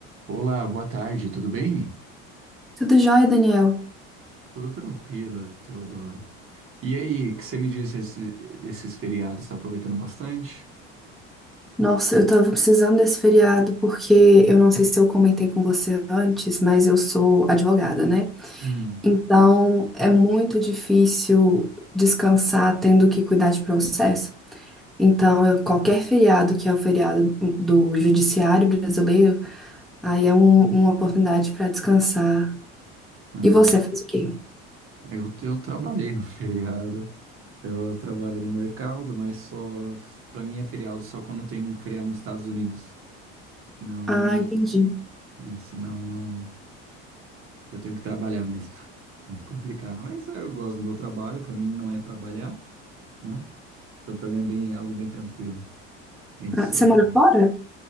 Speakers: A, on the right; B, in the centre.
A: Olá, boa tarde, tudo bem?
B: Tudo jóia, Daniel?
A: Tudo tranquilo, Teodoro. E aí, o que você me disse esse- desses feriados? Está aproveitando bastante?
B: Nossa, eu tava precisando desse feriado porque eu não sei se eu comentei com você antes, mas eu sou advogada, né?
A: Hum,
B: Então é muito difícil descansar tendo que cuidar de processo. Então, eu- qualquer feriado que é o feriado do judiciário brasileiro, aí é um- uma oportunidade para descansar.
A: Ah,
B: E você fez o quê?
A: eu, eu trabalhei no <laughs> feriado. Eu trabalho no mercado, mas só para mim é feriado só quando tem feriado nos Estados Unidos. Senão,
B: Ah, entendi.
A: eu, né, senão eu não, eu tenho que trabalhar mesmo. <laughs> É complicado. Mas eu gosto do meu trabalho. Para mim não é trabalhar, né? Então para mim é bem algo bem tranquilo, bem sossegado.
B: Ah, você mora fora?